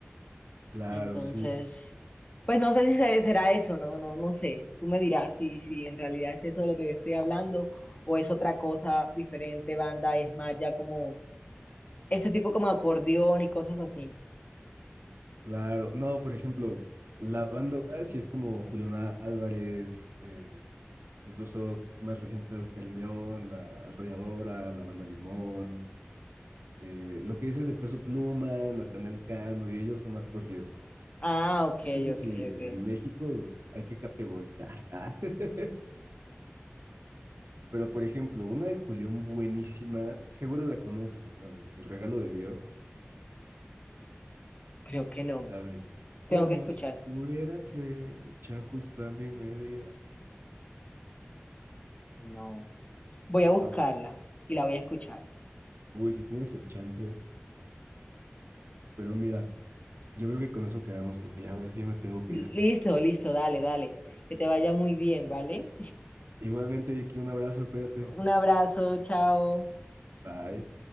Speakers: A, on the right; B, on the left.
A: Claro,
B: entonces,
A: sí,
B: pues no sé si se- será eso, no, no, no sé. Tú me dirás si, si en realidad es eso de lo que yo estoy hablando o es otra cosa diferente, banda, es más ya como este tipo como acordeón y cosas así.
A: claro. No, por ejemplo, la banda sí es como Julián Álvarez, eh, incluso más reciente tal vez Karin León, La Arrolladora, La Banda Limón. eh, lo que dices de Peso Pluma, Natanael Cano, y ellos son más corridos.
B: Ah, ok,
A: Porque eso
B: ok,
A: sí,
B: ok.
A: en México hay que categorizar. <laughs> Pero por ejemplo, una de Julián buenísima, seguro la conoces, la de El regalo de Dios,
B: Creo que no.
A: la de como
B: Tengo que escuchar.
A: si estuvieras hecha justo a mi medida.
B: No. Voy a buscarla
A: No,
B: y la voy a escuchar.
A: uy, si tienes el chance, pero mira, yo creo que con eso quedamos porque ya ahora sí ya me tengo que
B: Listo,
A: ir.
B: listo, dale, dale. Que te vaya muy bien, ¿vale?
A: Igualmente, Vicky, un abrazo, cuídate.
B: Un abrazo, chao.
A: Bye.